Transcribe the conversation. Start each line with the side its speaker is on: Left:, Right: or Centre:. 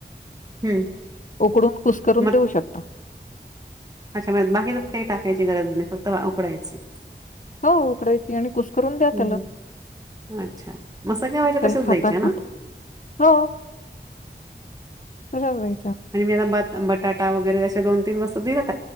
Right: हम्म
Left: उकडून कुसकरून
Right: मग
Left: देऊ शकता.
Right: अच्छा म बाकीच त्यात काय टाकायची गरज नाही फक्त उकडायची.
Left: हो उकडायची आणि कुसकरून
Right: हम्म
Left: द्या त्याला,
Right: अच्छा मग सगळ्या भाज्या
Left: त्याला
Right: तशाच द्यायच्या
Left: खाता
Right: ना
Left: खाता हो. <unintelligible>
Right: आणि मी आता भात. बटाटा वगैरे अशा दोन तीन वस्तू दिल्यात.